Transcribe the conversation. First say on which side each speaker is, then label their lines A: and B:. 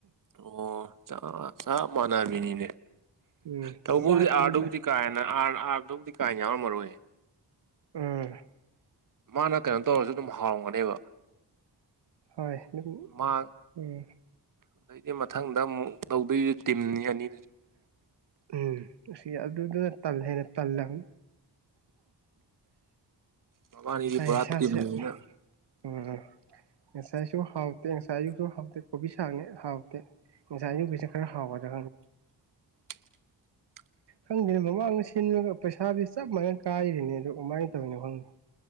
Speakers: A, on the right; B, on the right.
A: ꯑꯣ ꯆꯞ ꯃꯥꯟꯅꯕꯤꯅꯤꯅꯦ
B: ꯎꯝ
A: ꯊꯧꯕꯕꯨꯗꯤ
B: ꯆꯥꯛꯄꯨꯗꯤ
A: ꯑꯥꯔꯗꯨꯕꯨꯗꯤ
B: ꯂ
A: ꯀꯥ ꯍꯦꯅ ꯑꯥꯔ ꯑꯥꯗꯕꯨꯗꯤ ꯀꯥꯏ ꯌꯥꯝꯎ ꯃꯔꯨꯏꯦ
B: ꯑ
A: ꯃꯥꯅ ꯀꯩꯅꯣ ꯇꯧꯔꯁꯨ ꯑꯗꯨꯝ ꯍꯥꯎꯔꯝꯒꯅꯦꯕ
B: ꯍꯣꯏ ꯑꯗꯨꯝ
A: ꯃꯥ
B: ꯎꯝ
A: ꯑꯗꯗꯤ ꯃꯊꯪꯗ ꯑꯃꯨꯛ ꯂꯧꯧꯗꯣꯏꯁ ꯇꯤꯝꯅꯤ ꯑꯅꯤ
B: ꯎꯝ ꯑꯁꯤ ꯑꯗꯨꯗꯨꯅ ꯇꯝ ꯍꯥꯏꯅ ꯄꯜꯂ
A: ꯃꯕꯥꯅꯤꯗꯤ
B: ꯑꯩꯁꯥꯁꯦ
A: ꯄꯨꯔꯥ ꯇꯤꯝꯅꯤꯅ
B: ꯎꯝ ꯉꯁꯥꯏꯁꯨ ꯍꯥꯎꯇꯦ ꯉꯁꯥꯏꯁꯨꯨꯁꯨ ꯍꯥꯎꯇꯦ ꯀꯣꯕꯤ ꯁꯥꯡꯅꯦ ꯍꯥꯎꯇꯦ ꯉꯥꯏ ꯄꯩꯁ ꯈꯔ ꯍꯥꯎꯕꯒ
A: <inaudible> <inaudible>
B: ꯈꯪꯗꯦꯅ ꯃꯃꯥꯡꯗ ꯁꯤꯟꯂꯒ ꯄꯩꯁꯥꯗꯤ ꯆꯞ ꯃꯥꯟꯅ ꯀꯥꯏꯔꯤꯅꯤ ꯑꯗꯨ ꯀꯃꯥꯏꯅ ꯇꯧꯔꯤꯅꯣ ꯈꯪꯗꯦ